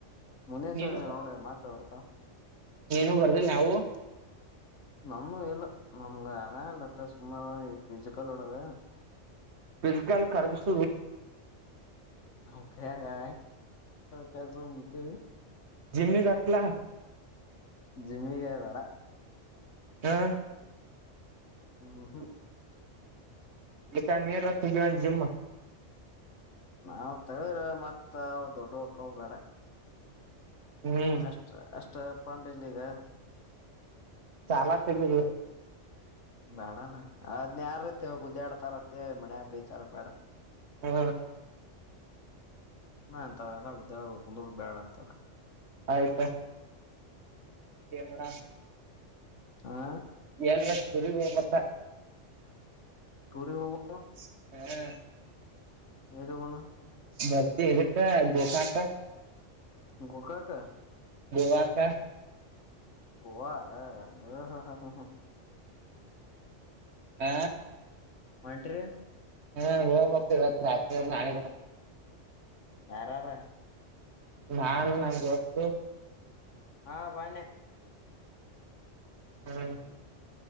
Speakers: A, on the left; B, on the right.
A: ಮುಂದಿನ
B: ನೀನು
A: ಸಲ ನೋಡ ಮಾತ್ರ ಆತ್ತಾ
B: ನೀನು ಬರ್ದಿಲ್ಲ ಯಾವವು
A: ನಮ್ಮ ಇಲ್ಲ ನಮ್ಗೆ ಅಗಾ ಇಲ್ಲಟ ಸುಮ್ಮ ಪಿಜುಿಕಲ್ಳಗ
B: ಬಲ್ಕಲ್ ಕರ್ಗಸ
A: ನಲ್ಲದದ ಕೆಸಕ್ ಬಿಟ್ಟೇವಿ
B: ಜಿಮನೆ ಜತ್ಲ
A: ಜಿಮ್ಮಿಗೆ ಬೇಡ
B: ಹಾ
A: ಹ್ಮ್ ಹ್ಮ್
B: ಹ್ಮ ಇಕ್ಕಾ ನೀ ಜಿಮ
A: ನಾವ ತವ್ರ ಮತ್ ಅವ ದೊಡ್ಡ ಹಕ್ಕವ ಬ್ಯಾಡ
B: ಹ್ಮ್
A: ಅಷ್ಟ ಅಷ್ಟ ಪಂಡಲ್ಲಿಗ
B: ಚಾಲಾ ತೆಗದು
A: ಬೇಡಲ್ಲ ಅದ್ನ್ ಯಾರ ಐತಿ ಕುದ್ಯಾಡ್ ತರತ್ತ ಮಣಬಿ ತರ ಬೇಡ
B: ಹ್ಮ
A: ಹಾ ಅಂತ ಎಲ್ಲ ಗುದ್ದ್ಯಾಡೋಗ ಕುಂದ ಬ್ಯಾಡ ಅಂತಾರ
B: ಆಯ್ತಾ ಅೇ ಮೇಡ
A: ಹಾ
B: ಎಲ್ರಷ್ಟ ರಿ ಮತ್ತ
A: ತೂರ ಹೋಗ
B: ಹಾ
A: ದು ಬಣ
B: ಬರ್ತ ಇಕ್ಕ ಗೋಟ ಆಕ್ಕ
A: ಕ ಕ ಕ
B: ಗೋವಾಕ
A: ಗವಾ ಹ ಹ್ ಹಾ ಹಾ ಹ ಹ
B: ಹ
A: ಒಂನ್ರಿೀ
B: ಹಾ ಹ ಬತ ರ ರತ್ರಿ ಆಣ
A: ಯಾರಾರ
B: ನಾನು ನಮಗೆ ಹೊಸ್ು
A: ಹಾ ಬನೆ
B: ಹಾ